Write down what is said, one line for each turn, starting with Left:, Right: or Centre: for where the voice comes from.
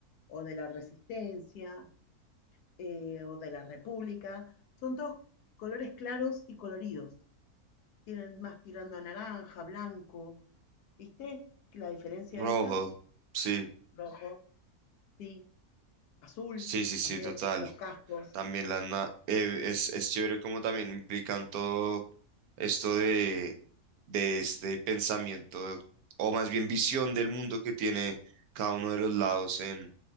Left: o de la Resistencia eh, o de la República son todos colores claros y coloridos. Tienen más tirando a naranja, blanco. ¿Viste la diferencia
Right: rojo.
Left: esa?
Right: Sí,
Left: Rojo, sí, azul
Right: sí, sí, sí,
Left: también,
Right: total.
Left: los cascos.
Right: También las na- eh, es, es chévere como también implican todo esto de, de este pensamiento o más bien visión del mundo que tiene cada uno de los lados en